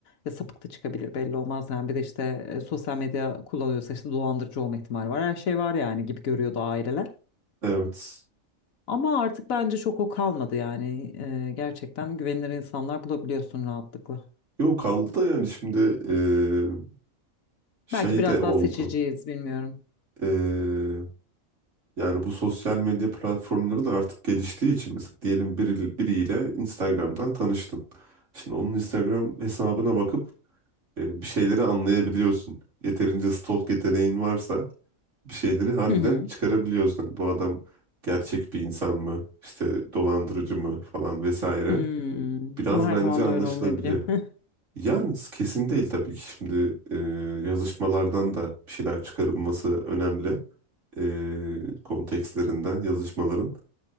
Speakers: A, on the left; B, on the right.
A: ya sapık da çıkabilir belli olmaz yani bir de işte e, sosyal medya kullanıyorsa işte dolandırıcı olma ihtimali var her şey var yani gibi görüyordu aileler.
B: evet.
A: Ama artık bence çok o kalmadı yani E, gerçekten güvenilir insanlar bulabiliyorsun rahatlıkla.
B: Yok kaldı da yani şimdi eee, şey
A: Belki biraz
B: de oldu.
A: daha seçiciyiz bilmiyorum.
B: Eee, yani bu sosyal medya platformları da artık geliştiği için mesela diyelim biri, biriyle Instagram'dan tanıştın. Şimdi onun Instagram hesabına bakıp eee, bir şeyleri anlayabiliyorsun. Yeterince stalk yeteneğin varsa bir şeyleri harbiden
A: Hı hı.
B: çıkarabiliyorsun. Bu adam gerçek bir insan mı? İşte dolandırıcı mı falan vesaire.
A: Hmm.
B: Biraz
A: Ama her
B: bence
A: zaman
B: anlaşılabiliyor.
A: da öyle olmayabiliyor. <laughs>
B: Yani kesin değil tabii ki şimdi e, yazışmalardan da bir şeyler çıkarılması önemli. E, kontekstlerinden, yazışmaların